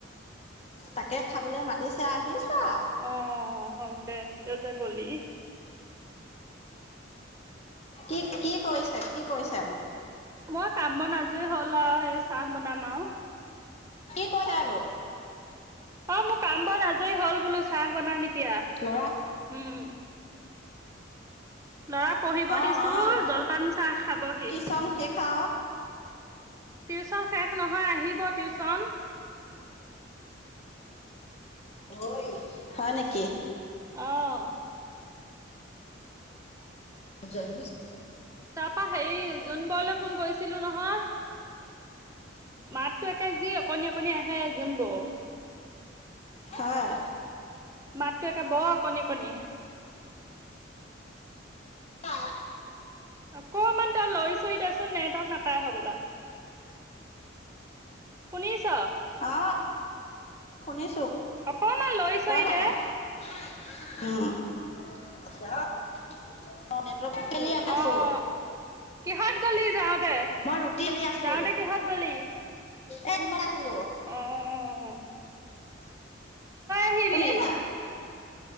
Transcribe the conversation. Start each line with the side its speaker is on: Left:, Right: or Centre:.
Left: তাকে খাবলৈ মাতিছে আহিছো। আও
Right: অঁ হওঁক দে। এত গলি
Left: কি কি কৰিছে কি কিৰিছে আপুনি।
Right: মই কামত আজৰি হ'ল আৰু সেই চাহ বনাম। মাও।
Left: কত হে বুলু।
Right: অঁ মোৰ কাম বোৰ আজৰি হল বোলো চাহ বনাম, এতিয়া উম
Left: ল'ৰা
Right: লৰা পঢ়িব
Left: অ
Right: দিছো
Left: অ ল'ৰাটো
Right: জলপান চাহ খাবহি।
Left: টিউচন শেষ আও
Right: টিউচন শেষ নহয় আহিব টিউচন
Left: ঐ। হয় নেকি।
Right: অহঁ।
Left: জয়।
Right: তাৰাপা হেৰি যোন বল অলপ। ফোন কৰিছে। ছিলো নহয়। মাততো একে যি অকণনি অকণনি আহে জোন বৌ।
Left: হয়।
Right: মাতটো একে বৰ অকণি অকণি।
Left: অহঁ।
Right: অকমান তই লৰি চৰি দেচোন নেটৱৰ্ক <unintelligible> শুনিছ।
Left: অ শুনিছো
Right: অকমান লৈছ
Left: কৈ
Right: এ
Left: থাকক
Right: দে।
Left: উম। বেলি আছো
Right: অঁ কিহত গলি যাওঁতে
Left: মই ৰুটি বেলি আছো
Right: যাওঁতে
Left: বোলো
Right: কিহত গলি।
Left: এ ইমান আহিলো
Right: উম। আহিবি।
Left: শুনিছা